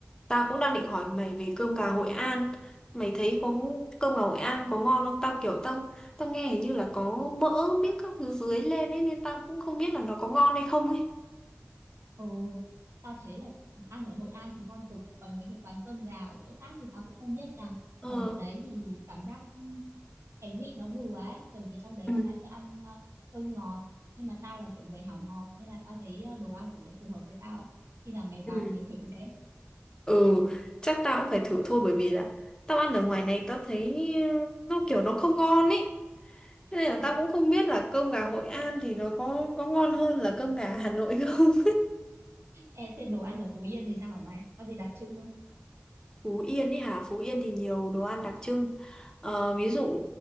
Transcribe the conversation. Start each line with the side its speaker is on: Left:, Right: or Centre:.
Left: Tao cũng đang định hỏi mày về cơm gà Hội An. Mày thấy có cơm gà Hội An có ngon không? Tao kiểu tao tao nghe hình như là có mỡ miếc các thứ dưới lên ấy nên tao cũng không biết là nó có ngon hay không ấy.
Right: Ừ, tao thấy là ăn ở Hội An thì ngon cực, còn mấy cái quán cơm gà ở chỗ khác thì tao cũng không biết nha
Left: Ờ.
Right: Còn ở đấy thì cảm giác ừ, cái vị nó vừa ấy, thường thì trong đấy
Left: Ừ.
Right: người ta sẽ ăn ờ, hơi ngọt, nhưng mà tao là kiểu người hảo ngọt nên là tao thấy ờ, đồ ăn ở đấy phù hợp với tao. ấy. Khi nào mày
Left: Ừ.
Right: vào mày thử xem
Left: Ừ, chắc tao cũng phải thử thôi bởi vì là tao ăn ở ngoài này tao thấy ừ, nó kiểu nó không ngon ấy. Thế nên
Right: Ờ.
Left: là tao cũng không biết là cơm gà Hội An thì nó có có ngon hơn là cơm gà Hà Nội không.
Right: Ê, thế đồ ăn ở Phú Yên thì sao hả mày? Có gì đặc trưng không?
Left: Phú Yên ấy hả? Phú Yên thì nhiều đồ ăn đặc trưng. Ờ, ví dụ